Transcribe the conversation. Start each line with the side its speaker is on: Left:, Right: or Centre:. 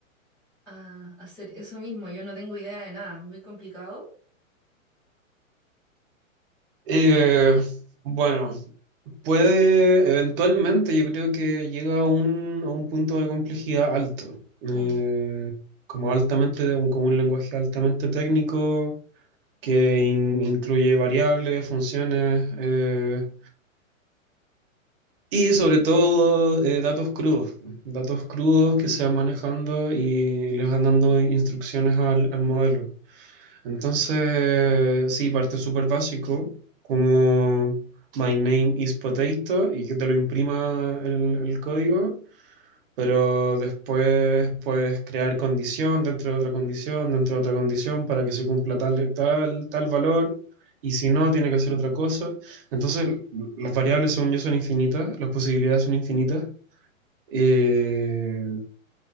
Centre: a hacer eso mismo. Yo no tengo idea de nada. Muy complicado.
Right: Eh, bueno, puede, eventualmente, yo creo que llega a un, a un punto de complejidad alto. Eh,
Centre: Mm.
Right: como altamente, de un, como un lenguaje altamente técnico que in- incluye variables, funciones. eh, Y sobre todo eh, datos crudos, datos crudos que se van manejando y les van dando instrucciones al, al modelo. Entonces, sí, parte súper básico, como my name is potato y que te lo imprima el, el código pero después puedes crear condición dentro de otra condición, dentro de otra condición para que se cumpla tal, tal, tal valor, y si no, tiene que hacer otra cosa. Entonces, las variables, según yo, son infinitas, las posibilidades son infinitas. Eh,